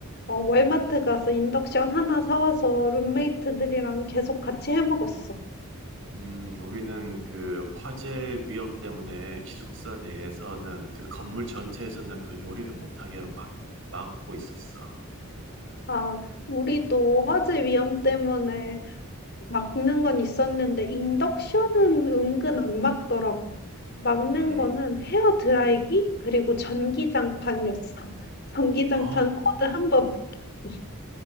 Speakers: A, on the left; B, on the right.
A: 어 월마트 가서 인덕션 하나 사 와서 룸메이트들이랑 계속 같이 해 먹었어.
B: 음, 우리는 그 화재 위험 때문에 기숙사 내에서는 그 건물 전체에서는 그 요리를 못하게 막, 막고 있었어.
A: 아 우리도 화재 위험 때문에 막는 건 있었는데 인덕션은 은근 안 막더라고. 막는
B: 음,
A: 거는 헤어 드라이기 그리고 전기장판이었어. <laughs> 전기장판
B: 어,
A: 코드 한 번 뺏겼어.